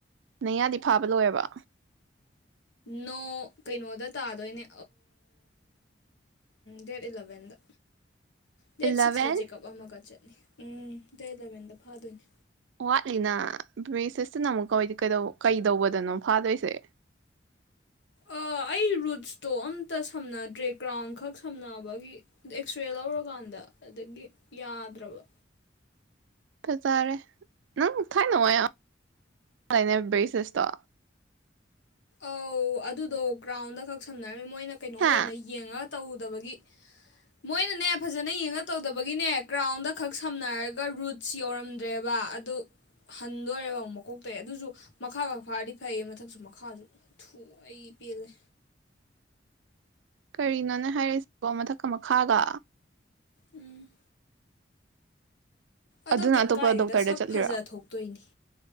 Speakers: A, on the right; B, on the left.
A: ꯅꯩꯌꯥꯗꯤ ꯐꯥꯕ ꯂꯣꯏꯔꯕ
B: ꯅꯣ ꯀꯩꯅꯣꯗ ꯇꯥꯗꯣꯏꯅꯦ ꯗꯦꯠ ꯏꯂꯕꯟꯗ ꯗꯦꯠ
A: ꯏꯂꯚꯦꯟ
B: ꯁꯤꯛꯁꯇ ꯆꯦꯛꯑꯞ ꯑꯃꯒ ꯆꯠꯂꯤ ꯎꯝ ꯗꯦꯠ ꯑꯦꯂꯚꯦꯟꯗ ꯐꯥꯗꯣꯏꯅꯦ
A: ꯋꯥꯠꯂꯤꯅ ꯃꯤ ꯁꯤꯁꯇꯅ ꯑꯃꯨꯛꯀ ꯀꯩꯗꯧꯕꯗꯅꯣ ꯐꯥꯗꯣꯏꯁꯦ
B: ꯑꯣ ꯑꯩ ꯔꯨꯠꯁꯇꯣ ꯑꯝꯇ ꯁꯝꯅꯗ꯭ꯔꯦ ꯀ꯭ꯔꯥꯎꯟ ꯈꯛ ꯁꯝꯅꯕꯒꯤ ꯑꯦꯛꯁꯔꯦ ꯂꯧꯔꯀꯥꯟꯗ ꯑꯗꯒꯤ ꯌꯥꯗ꯭ꯔꯕ
A: ꯐꯖꯥꯔꯦ ꯅꯪ ꯊꯥꯏꯅꯅꯨꯡꯉꯥꯏ ꯂꯩꯅ ꯕꯦꯁꯁꯣ
B: ꯑꯧ ꯑꯗꯨꯗꯣ ꯀꯒ꯭ꯔꯥꯎꯟꯗ ꯈꯛ ꯁꯝꯅꯔꯝꯃꯤ ꯃꯣꯏꯅ ꯀꯩꯅꯣ
A: ꯍꯥ
B: ꯑꯣꯏꯅ ꯌꯦꯡꯉ ꯇꯧꯗꯕꯒꯤ ꯃꯣꯏꯅꯅꯦ ꯐꯖꯅ ꯌꯦꯡꯉ ꯇꯧꯗꯕꯒꯤꯅꯦ ꯀ꯭ꯔꯥꯎꯟꯗ ꯈꯛ ꯁꯝꯅꯔꯒ ꯔꯨꯠꯁ ꯌꯧꯔꯝꯗ꯭ꯔꯦꯕ ꯑꯗꯨ ꯍꯟꯗꯣꯔꯦꯕ ꯑꯃꯨꯛ ꯃꯀꯣꯛꯇ ꯑꯗꯨꯁꯨ ꯃꯈꯥ ꯈꯛ ꯐꯥꯔꯗꯤ ꯐꯩꯌꯦ ꯃꯊꯛꯁꯨ ꯃꯈꯥꯁꯨ ꯊꯨ ꯑꯩ ꯄꯦꯜꯂꯦ
A: ꯀꯔꯤꯅꯣꯅꯦ ꯍꯥꯏꯔꯁꯤꯕꯣ ꯃꯊꯛꯀ ꯃꯈꯥꯒ
B: ꯎꯝ ꯑꯗꯣ
A: ꯑꯗꯨꯅ
B: ꯀꯩꯝ
A: ꯑꯇꯣꯞꯄ
B: ꯀꯥꯏꯗꯦꯗ
A: ꯗꯣꯛꯇꯔꯗ
B: ꯁꯛ
A: ꯆꯠꯂꯤꯔꯣ
B: ꯐꯖ ꯊꯣꯛꯇꯣꯏꯅꯤ